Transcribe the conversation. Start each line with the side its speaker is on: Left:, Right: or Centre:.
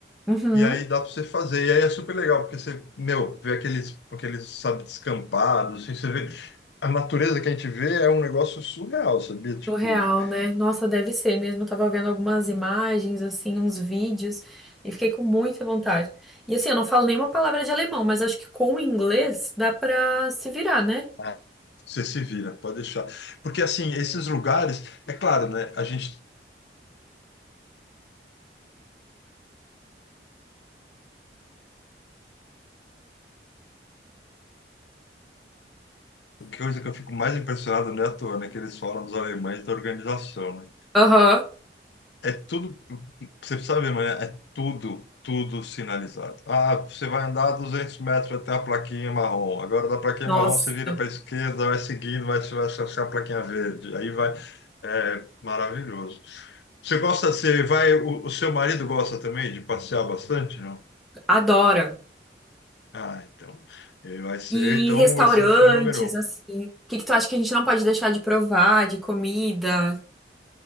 Centre: Uhum.
Left: E aí dá pra você fazer. E aí é super legal, porque você, meu, vê aqueles, aqueles, sabe, descampados, assim, você vê. A natureza que a gente vê é um negócio surreal, sabia? Tipo,
Centre: Surreal, né? Nossa, deve ser mesmo. Eu tava vendo algumas imagens, assim, uns vídeos, e fiquei com muita vontade. E assim, eu não falo nenhuma palavra de alemão, mas acho que com o inglês dá pra se virar, né?
Left: ah, você se vira, pode deixar. Porque, assim, esses lugares, é claro, né? A gente. A coisa que eu fico mais impressionado não é à toa, né? Que eles falam dos alemães da organização, né?
Centre: Aham.
Left: É tudo, você precisa ver, mas é tudo, tudo sinalizado. Ah, você vai andar 200 metros até a plaquinha marrom. Agora, da plaquinha
Centre: Nossa,
Left: marrom, você vira para a esquerda, vai seguindo, vai, você vai achar a plaquinha verde. Aí vai. É maravilhoso. Você gosta, você vai, o, o seu marido gosta também de passear bastante, não?
Centre: adoro.
Left: Ah, então. Ele vai ser,
Centre: E
Left: então
Centre: restaurantes,
Left: vai ser fã número um.
Centre: assim. O que que tu acha que a gente não pode deixar de provar, de comida?